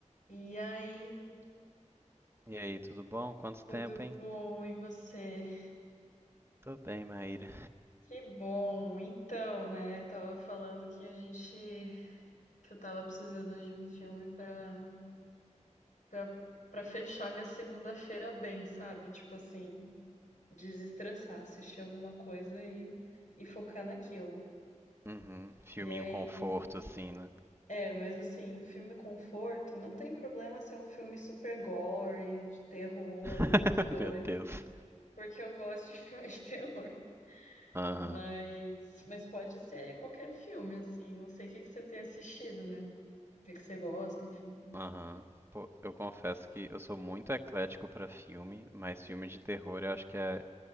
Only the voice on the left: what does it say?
E aí,
tudo
bom? E você?
Que bom. Então, né, tava falando que a gente que eu tava precisando de um filme pra para para fechar minha segunda-feira bem, sabe? Tipo assim, desestressar, assistir alguma coisa e e focar naquilo.
E aí,
é, mas assim, o filme conforto não tem problema ser um filme super gore, de terror,
muito doido,
porque eu gosto de <laughs> filmes de terror.
Mas, mas pode ser qualquer filme, assim. Não sei o que que você tem assistido, né? O que que você gosta, enfim.